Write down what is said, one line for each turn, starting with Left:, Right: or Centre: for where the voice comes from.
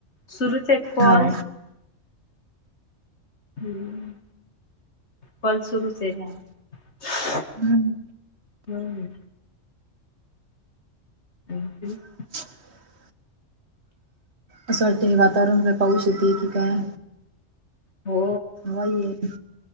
Left: सुरूचं आहेत कॉल
Right: हो
Left: हम्म, कॉल सुरूचं
Right: हा
Left: आहेत
Right: हम्म
Left: हम् हज <inaudible>
Right: <unintelligible> असं वाटते वातावरण काय पाऊस येत की काय
Left: हो
Right: हई येईल.